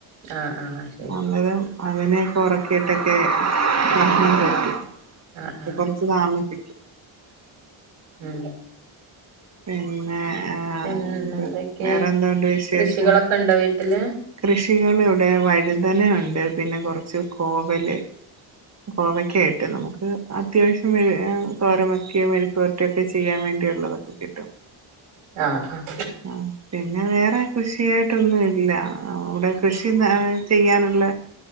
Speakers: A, on the right; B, on the right.
A: ആഹ് ആഹ് ശരി
B: അന്നേരം അതിനെയൊക്കെ ഉറക്കിയിട്ടൊക്കെ ഭക്ഷണം കഴിക്കു.
A: ആഹ്
B: പ്പ
A: ആഹ്
B: കൊറച്ച് താമസിക്കും.
A: ഉം.
B: പിന്നെ ആഹ്
A: പിന്നെ
B: എന്ത്
A: എന്തൊക്കെ
B: വേറെ എന്തോണ്ട് വിശേഷം
A: കൃഷികളൊക്കെ ഉണ്ടോ വീട്ടില്-
B: കൃഷികൾ ഇവിടെ വഴുതന ഉണ്ട് പിന്നെ കൊറച്ച് കോവല് കോവയ്ക്കായിട്ട് നമുക്ക്. അത്യാവശ്യം മെ തോരമൊക്കെയോ മെരുരിക്കുവരറ്റയോ ഒക്കെ ചെയ്യാൻ വേണ്ടിയുള്ളതൊക്കെ കിട്ടും
A: ആഹ് ആഹ്
B: ആഹ് പിന്നെ വേറെ കൃഷിയായിട്ടൊന്നും ഇല്ല ഇവിടെ കൃഷിന ചെയ്യാനുള്ള